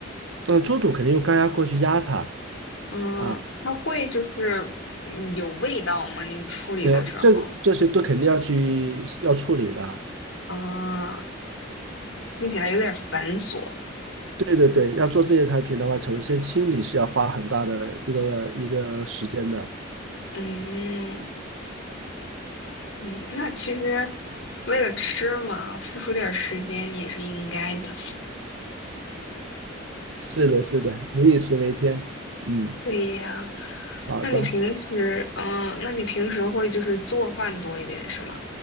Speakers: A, on the right; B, on the left.
A: 那猪肚肯定用高压锅去压它
B: 嗯，
A: 啊，
B: 它会就是嗯有味道吗？你处理的时候
A: 没有，这这些都肯定要去要处理的
B: 啊，听起来有点繁琐。
A: 对对对，要做这些产品的话，首先清理是要花很大的一个一个时间的。
B: 嗯嗯，那其实为了吃嘛，付出点儿时间也是应该的。
A: 是的，是的，民以食为天。嗯，
B: 对呀，
A: 好的，
B: 那你平时嗯，那你平时会就是做饭多一点是吗？